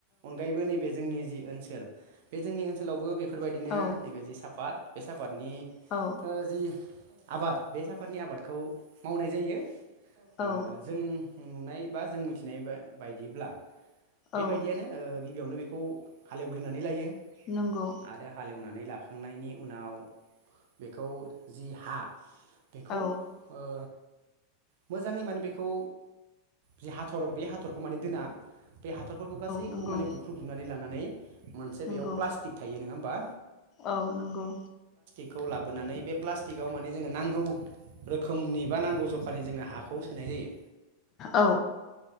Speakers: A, on the right (about 50°); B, on the left (about 35°).
A: अनगायैबो नैबे जोंनि जि ओनसोल बे जोंनि ओनसोलावबो बे बेफोर बायदिनो
B: औ
A: नैबे जि साफात बे सापादनि
B: औ
A: ओ जि आबाद बे साफादनि आबादखौ मावनाय जायो। ओ
B: औ
A: जों नुनाय बा जों मिथिनाय बायदिब्ला बे
B: औ
A: बायदियानो ओ गिबियावनो बेखौ हालेवग्रोनानै लायो
B: नंगौ
A: आरो हालेवनानै ला खांनायनि उनाव बेखौ जि हा बेखौ
B: औ
A: ओ मोजाङै माने बेखौ जि हाथर बे हाथरखौ माने दोना बे हाथरफोरखौ गासैखौबो
B: नंगौ
A: माने बुख्रुबजनानै लानानै मोनसे
B: नंगौ
A: बेयाव प्लास्टिक थायो नङा होन बा
B: औ नंगौ।
A: खौ लाबोनानै बे प्लास्टिकआव माने जोङो नांगौ रोखोमनि बा नांगौ जखानि जोङो हाखौ सोनाय जायो।
B: औ